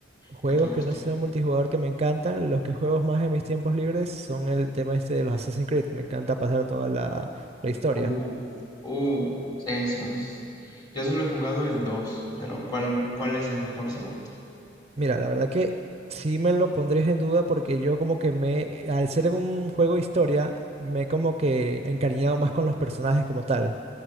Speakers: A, on the right; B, on the left.
A: Juegos
B: que te guste?
A: que no sean multijugador que me encantan, los que juego más en mis tiempos libres son el tema este de los Assassin's Creed. Me encanta pasar toda la, la historia.
B: Uh, uh, sí, eso es. Yo solo he jugado el 2, pero ¿cuál, cuál es el mejor segundo?
A: Mira, la verdad que sí me lo pondrías en duda porque yo como que me, al ser un juego historia, me he como que encariñado más con los personajes como tal.